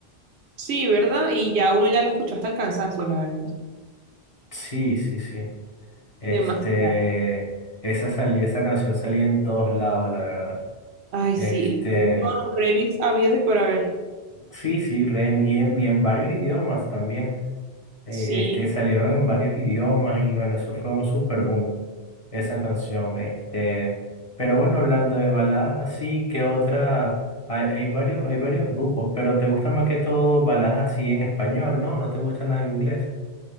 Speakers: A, on the right; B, on the left.
A: Sí, ¿verdad? Y ya uno ya la escuchó hasta el cansancio, la verdad.
B: Sí, sí, sí. Este,
A: Demasiado.
B: esa salía, esa canción salía en todos lados, la verdad.
A: Ay,
B: Este,
A: sí, con todos los remix habidos y por haber.
B: sí, sí, rem y en, y en varios idiomas también. eh,
A: Sí,
B: este, salieron en varios idiomas y bueno, eso fue un super boom, esa canción. Este, pero bueno, hablando de baladas así, qué otra? Hay, hay varios, hay varios grupos, pero te gustan más que todo baladas así en español, ¿no? ¿No te gusta nada en inglés?